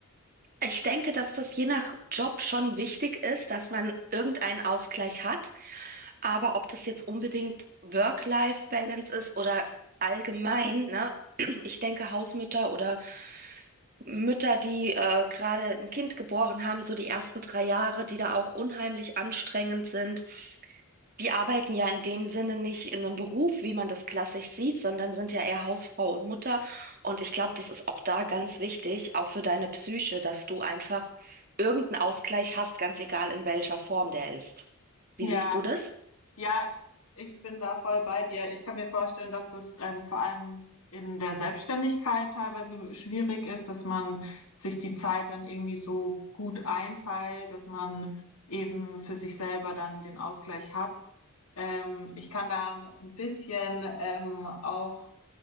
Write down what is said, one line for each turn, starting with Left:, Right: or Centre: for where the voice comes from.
Right: ich denke, dass das je nach Job schon wichtig ist, dass man irgendeinen Ausgleich hat. Aber ob das jetzt unbedingt Work-Life-Balance ist oder allgemein, ne? Ich denke, Hausmütter oder Mütter, die äh, gerade ein Kind geboren haben, so die ersten drei Jahre, die da auch unheimlich anstrengend sind. Die arbeiten ja in dem Sinne nicht in einem Beruf, wie man das klassisch sieht, sondern sind ja eher Hausfrau und Mutter. Und ich glaube, das ist auch da ganz wichtig, auch für deine Psyche, dass du einfach irgendeinen Ausgleich hast, ganz egal in welcher Form der ist. Wie
Left: Ja.
Right: siehst du das?
Left: Ja, ich bin da voll bei dir. Ich kann mir vorstellen, dass das ähm, vor allem in der Selbstständigkeit teilweise schwierig ist, dass man sich die Zeit dann irgendwie so gut einteilt, dass man eben für sich selber dann den Ausgleich hat. Ähm, ich kann da ein bisschen ähm, auch